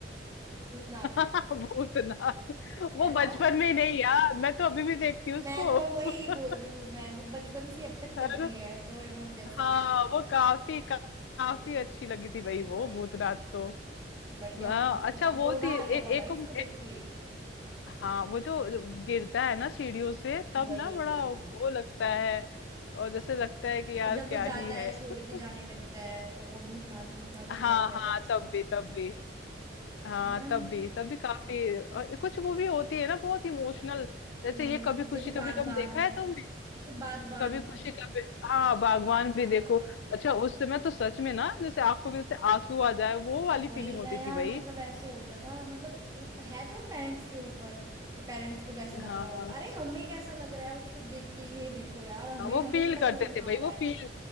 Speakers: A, on the right; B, on the left.
A: भूतनाथ
B: <laughs> भूतनाथ
A: है
B: वो बचपन
A: ना
B: में ही नहीं यार मैं तो अभी भी देखती हूँ उसको
A: मैं तो
B: <laughs>
A: वही बोल रही हूँ मैं वो बचपन से अब तक चल
B: है
A: रही
B: ना?
A: है डोरेमोन जैसे
B: हाँ वो काफी का, काफी अच्छी लगी थी भाई वो
A: वही
B: भूतनाथ तो
A: बढ़िया
B: हाँ
A: मूवी थी
B: अच्छा
A: यार
B: वो
A: रोना
B: थी
A: आ
B: एक
A: गया था
B: एक,
A: भाई
B: को-
A: उसको
B: एक
A: देख के
B: हाँ वो जो गिरता है ना सीढ़ियों से तब
A: वही
B: ना बड़ा
A: वही
B: वो
A: वही
B: लगता है और जैसे लगता है कि यार
A: और जब
B: क्या
A: वो
B: ही
A: जाता
B: है
A: है छोड़
B: कुछ
A: के
B: कुछ
A: जाने लगता है तब वो भूतनाथ भूतनाथ
B: हाँ
A: चिल्लाता है
B: हाँ
A: बच्चा
B: तब भी तब भी हाँ
A: है ना
B: तब भी तब भी काफी और कुछ मूवी होती है ना बहुत इमोशनल जैसे
A: इमोशनल
B: ये कभी खुशी
A: जैसे
B: कभी
A: बागबान
B: गम देखा है तुमने
A: जैसे बागबान
B: कभी खुशी कभी हाँ बागवान
A: हाँ
B: भी देखो अच्छा उस समय तो सच में ना जैसे आंखों में जैसे आंसू आ जाए वो वाली
A: वही
B: फीलिंग होती
A: ना यार
B: थी भाई
A: मतलब ऐसे होता था मतलब वो- है तो वो पेरेंट्स के ऊपर कि पेरेंट्स को कैसा लगता
B: हाँ
A: होगा अरे हमें कैसा लग रहा है उसको देख के ये देखो यार हमें
B: हाँ वो
A: हमें
B: फील
A: तक
B: करते
A: रोना
B: थे भाई
A: आ रहा
B: वो
A: है
B: फील